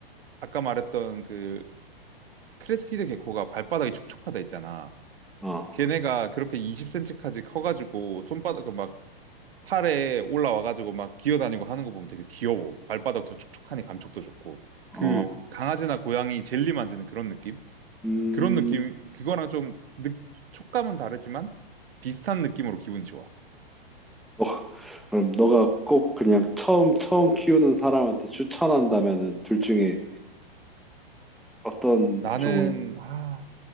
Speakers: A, on the right; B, in the centre.
A: 아까 말했던 그 크레스티드 개코가 발바닥이 촉촉하다 있잖아.
B: 아,
A: 걔네가 그렇게 20cm까지 커가지고 손바닥 그 막 팔에 올라와가지고 막 기어다니고 하는 거 보면 되게 귀여워. 발바닥도 촉촉하니 감촉도 좋고. 그
B: 아,
A: 강아지나 고양이 젤리 만지는 그런 느낌?
B: 음,
A: 그런 느낌, 그거랑 좀 느, 촉감은 다르지만 비슷한 느낌으로 기분이 좋아.
B: 너가, 그럼 너가 꼭 그냥 처음, 처음 키우는 사람한테 추천한다면은 둘 중에 어떤
A: 나는,
B: 종을,
A: 아,